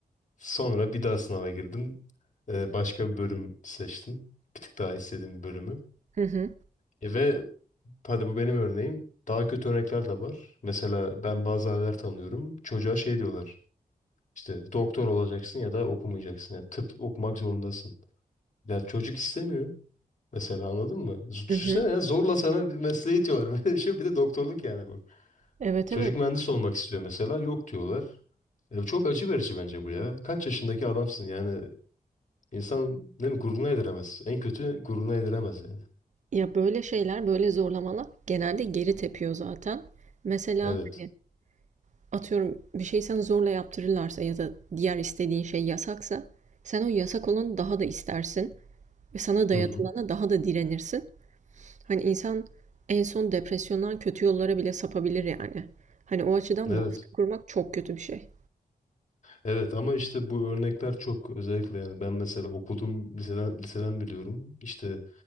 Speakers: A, on the left; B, on the right.
A: Sonra bir daha sınava girdim. Ee, başka bir bölüm seçtim. Bir tık daha istediğim bir bölümü.
B: Hı hı.
A: E ve hadi bu benim örneğim. Daha kötü örnekler de var. Mesela ben bazı aileler tanıyorum. Çocuğa şey diyorlar. İşte doktor olacaksın ya da okumayacaksın. Yani tıp okumak zorundasın. Ya çocuk istemiyor. Mesela anladın mı? Z- Düşünsene
B: Hı hı.
A: ya, zorla sana bir mesleği itiyorlar. <laughs> Böyle bir şey. Bir de doktorluk yani bu.
B: Evet
A: Çocuk
B: evet.
A: mühendis olmak istiyor mesela. Yok diyorlar. E, çok acı verici bence bu ya. Kaç yaşındaki adamsın yani. İnsan ne mi gururuna yediremez. En kötü gururuna yediremez yani.
B: Ya böyle şeyler, böyle zorlamalar genelde geri tepiyor zaten. Mesela
A: Evet.
B: hani atıyorum bir şey sana zorla yaptırırlarsa ya da diğer istediğin şey yasaksa sen o yasak olanı daha da istersin ve sana dayatılana
A: Hı hı.
B: daha da direnirsin. Hani insan en son depresyondan kötü yollara bile sapabilir yani. Hani o açıdan
A: Evet.
B: baskı kurmak çok kötü bir şey.
A: Evet ama işte bu örnekler çok özellikle yani ben mesela okudum liseden liseden biliyorum. İşte